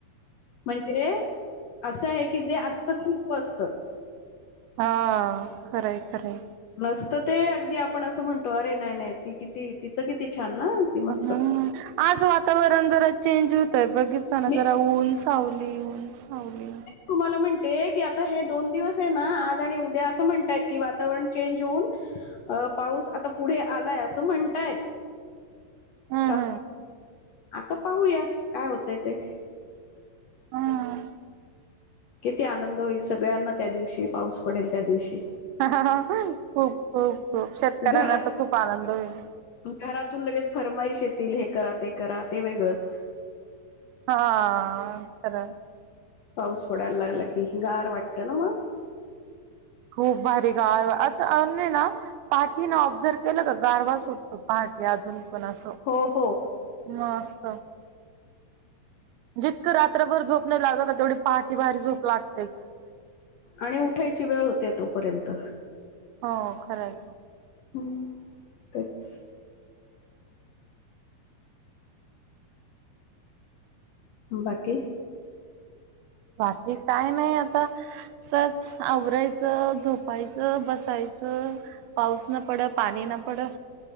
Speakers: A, on the left; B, on the right.
A: म इकडे असं आहे की जे असतं खूप असतं
B: हा खरंय, खरंय
A: नसत ते अगदी आपण असं म्हणतो अरे नाही, नाही ती किती तिचं किती छान ना ती मस्त
B: ह् आज वातावरण जरा चेंज होतंय बघित ताना
A: मी
B: जरा ऊन सावली, ऊन सावली
A: तुम्हाला म्हणतेय की आता हे दोन दिवस आहे ना आज आणि उद्या असं म्हणतय की वातावरण चेंज होऊन अ पाऊस आता पुढे आलाय असं म्हणतायत
B: हम्म
A: <unintelligible> आता पाहूया काय होतय ते
B: हम
A: किती आनंद होईल सगळ्यांना त्या दिवशी पाऊस पडेल त्या दिवशी
B: खूप, खूप, खूप शेतकऱ्यांना
A: घरा
B: तर खूप आनंद होईल
A: घरातून लगेच फरमाईश येतील हे करा ते, करा ते वेगळंच
B: हा खरच
A: पाऊस पडायला लागला की गार वाटतं ना मग
B: खूप भारी गार असं अन्य ना पाठीन ऑब्झर्व केलं का गारवा सुटतो पहाटे अजून पण असं
A: हो, हो
B: मस्त जितकं रात्रभर झोप नाही लागत ना तेवढी पहाटे, पहाटे बाहेर झोप लाग
A: आणि उठायची वेळ होते तोपर्यंत
B: हो खरंय
A: हम्म. तेच. बाकी?
B: बाकी काय नाही आता सस आवरायचं, झोपायचं, बसायचं, - पाऊस ना पड, पाणी ना पड.